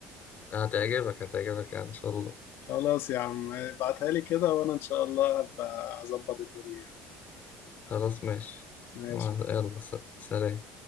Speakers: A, on the left; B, on the left.
A: هتعجبك هتعجبك يعني ان شاء الله
B: خلاص يا عم ابعتها لي كده وانا ان شاء الله هبقى اظبط الدنيا
A: خلاص ماشي
B: ماشي
A: يلا س- سلام